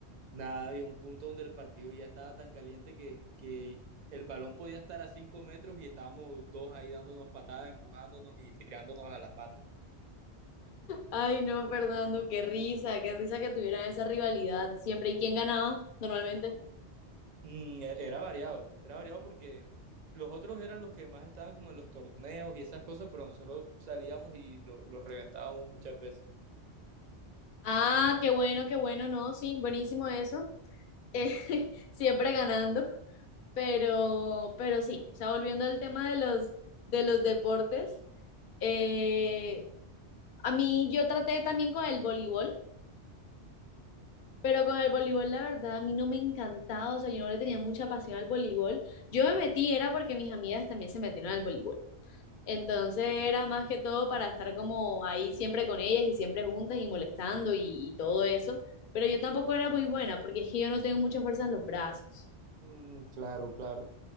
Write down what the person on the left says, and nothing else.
Ay, no, Fernando, qué risa, qué risa que tuvieran esa rivalidad siempre. ¿Y quién ganaba normalmente?
Ah, qué bueno, qué bueno, no, sí, buenísimo eso. Eh, <laughs> siempre ganando, pero, pero sí, o sea, volviendo al tema de los, de los deportes, eh, a mí yo traté también con el voleibol, pero con el voleibol la verdad a mí no me encantaba, o sea, yo no le tenía mucha pasión al voleibol. Yo me metí era porque mis amigas también se metieron al voleibol. Entonces era más que todo para estar como ahí siempre con ellas y siempre juntas y molestando y, y todo eso. Pero yo tampoco era muy buena porque es que yo no tengo mucha fuerza en los brazos.